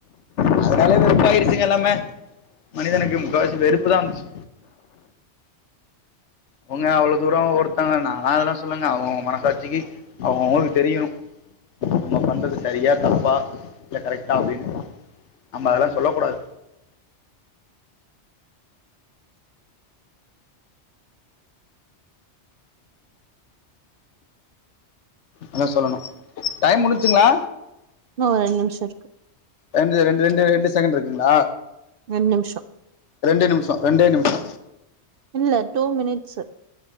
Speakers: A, on the left; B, on the right.
A: அதுனாலயே வெறுப்பாயிருச்சுங்க எல்லாமே. மனிதனுக்கு முக்காவாசி வெறுப்பு தா வந்துச்சு. அவுங்க அவ்ளோ தூரோ ஒருத்தன நாலா அதல்லா சொல்லங்க அவுங்கவுங்க மனசாட்சிக்கி அவுங்கவுங்களுக்கு தெரியணு. நம்ப பண்றது சரியா தப்பா இல்ல கரெக்ட்டா அப்டினு. நம்ப அதல்லா சொல்லக்கூடாது. என்ன சொல்லணு டைம் முடிஞ்ச்சுங்ளா?
B: இன்னு ரெண் நிம்ஷ் இருக்கு.
A: ரெண்டு ரெண்டு ரெண்டு ரெண்டு செகண்டு இருக்குங்ளா?
B: ரெண் நிம்ஷோ.
A: ரெண்டு நிமிஷோ ரெண்டே நிமிஷோ.
B: இல்ல டூ மினிட்ஸு.